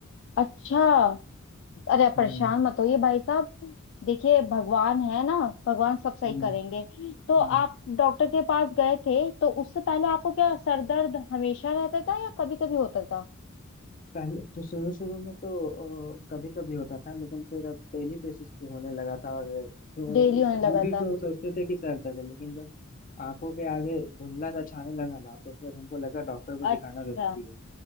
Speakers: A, on the left; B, on the left.
A: अच्छा अरे आप
B: हम्म
A: परेशान मत होइए भाई साहब देखिए भगवान है ना भगवान सब सही
B: हम्म
A: करेंगे तो
B: हम्म
A: आप डॉक्टर के पास गए थे तो उससे पहले आपको क्या सर दर्द हमेशा रहता था या कभी कभी होता था
B: पहले तो शुरू शुरू में तो कभी कभी होता था लेकिन फिर अब डेली बेसिस पे होने लगा था और तो
A: डेली
B: उस
A: होने लगा
B: वो भी
A: था
B: तो सोचते थे कि सर दर्द है लेकिन जब आंखों के आगे धुंधला सा छाने लगा ना तो फिर हमको लगा डॉक्टर को
A: अच्छा
B: दिखाना जरूरी है